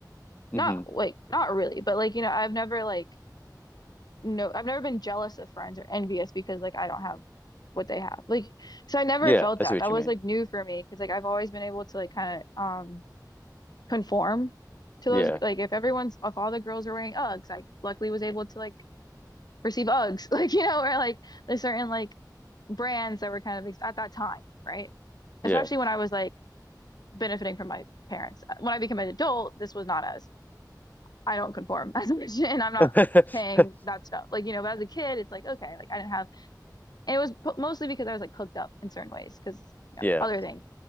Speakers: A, on the left; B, on the left.
A: hmm
B: not like not really, but like you know, I've never like no, I've never been jealous of friends or envious because like I don't have what they have. Like so I never
A: Yeah,
B: felt
A: I
B: that.
A: see what
B: That
A: you
B: was
A: mean.
B: like new for me because like I've always been able to like kind of um conform to
A: Yeah.
B: those like if everyone's if all the girls are wearing Uggs, I luckily was able to like receive Uggs, <laughs> like you know, or like there's certain like brands that were kind of ex at that time, right?
A: Yeah.
B: Especially when I was like benefiting from my parents. When I became an adult, this was not as I don't conform <laughs> as a Christian and I'm not
A: <laughs>
B: paying that stuff. Like, you know, but as a kid, it's like, okay, like I didn't have, and it was p- mostly because I was like hooked up in certain ways because, you know,
A: Yeah.
B: other things.